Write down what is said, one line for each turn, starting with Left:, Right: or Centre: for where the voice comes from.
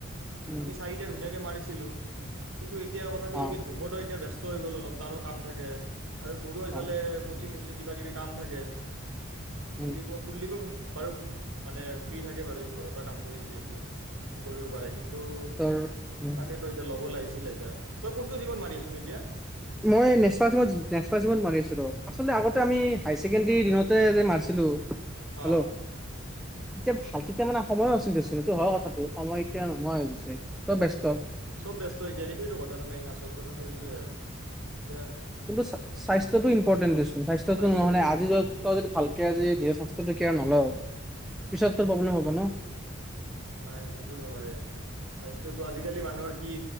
Centre: উম
Right: আমি চাৰিটা ধুনীয়াকে মাৰিছিলো কিন্তু এটোয়া এতিয়া কথাটো হ'ল
Centre: অ
Right: ধ্ৰুপদা এতিয়া ব্যস্ত হৈ গল অলপ তাৰো কাম থাকে আৰু মোৰো এইফালে
Centre: অ
Right: কচিং কিবা কিবি কাম থাকে কুলদীপ
Centre: উম
Right: কুলদীপ ও, বাৰু মানে ফ্ৰী থাকে। তাকে বাৰু এই ঘৰৰ পৰা কাম কৰি যিহেতু স কৰিব পাৰে কিন্তু কি
Centre: তোৰ উম
Right: <unintelligible> তাকেতো এতিয়া ল'ব লাগিছিলে এতিয়া তই কোনটো জীৱত মাৰি আছ ন এতিয়া
Centre: মই নেচা জীমত মাৰি আছিলো আগতে আমি হাই ছেকেণ্ডাৰী দিনতে যে মাৰিছিলো,
Right: অ'
Centre: হেল্ল' তেতিয়া ভাল তেতিয়া মানে সময়ো চিন্তাচোন এইটো হয় কথাটো সময় এতিয়া নোহয় হৈ গৈছে চব ব্যস্ত
Right: চব ব্যস্ত এতিয়া সেইটো কথা ন মেইন আচল কথাটো সেইটোৱে আৰু এতিয়া
Centre: কিন্তু স্বাস্থ্যতটো ইম্পৰ্টেন দি স্বাস্থ্যতটো
Right: স্বাস্থ্যটো
Centre: নহলে আজি
Right: স্বাস্থ্যটো
Centre: যদি ভালকে আজিয়ে স্বাস্থ্যৰ কেয়াৰ নলও পিছত তোৰ প্ৰব্লেম হব ন
Right: নাই নাই সেইটোতো হয় স্বাস্থ্যটো আজিকালি মানুহৰ কি